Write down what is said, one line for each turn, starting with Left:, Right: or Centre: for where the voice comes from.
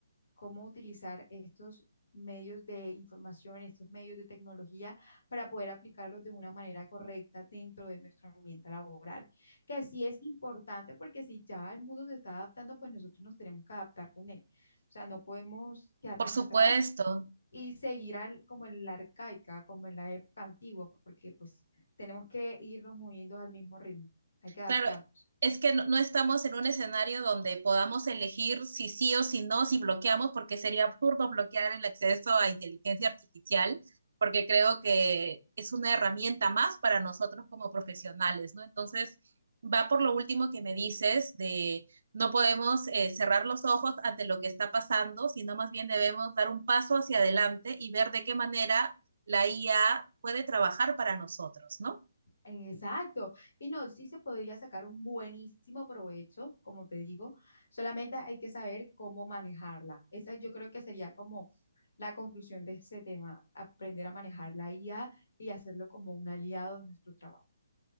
Left: cómo utilizar estos medios de información, estos medios de tecnología para poder aplicarlos de una manera correcta dentro de nuestro ambiente laboral, que sí es importante porque si ya el mundo se está adaptando, pues nosotros nos tenemos que adaptar con él. O sea, no podemos quedarnos
Right: Por supuesto.
Left: atrás y seguir al, como en la arcaica, como en la época antigua, porque pues tenemos que irnos moviendo al mismo ritmo, hay que adaptarnos.
Right: Claro, es que no, no estamos en un escenario donde podamos elegir si sí o si no, si bloqueamos, porque sería absurdo bloquear el acceso a inteligencia artificial, porque creo que es una herramienta más para nosotros como profesionales, ¿no? Entonces, va por lo último que me dices de no podemos eh, cerrar los ojos ante lo que está pasando, sino más bien debemos dar un paso hacia adelante y ver de qué manera la IA puede trabajar para nosotros, ¿no?
Left: Exacto. Y no, sí se podría sacar un buenísimo provecho, como te digo, solamente hay que saber cómo manejarla. Esa yo creo que sería como la conclusión de ese tema, aprender a manejar la IA y hacerlo como un aliado en nuestro trabajo.